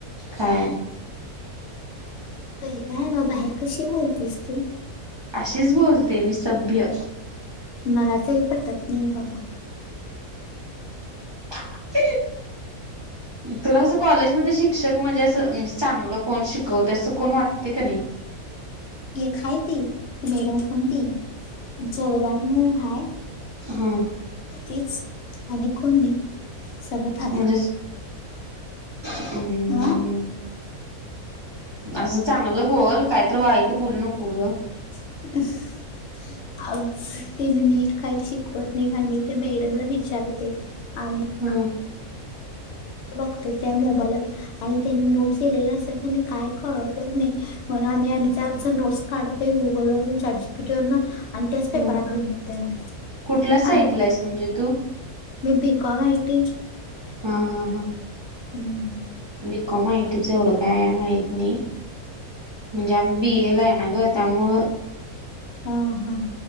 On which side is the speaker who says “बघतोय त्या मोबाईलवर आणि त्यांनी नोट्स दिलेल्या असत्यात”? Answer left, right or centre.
Left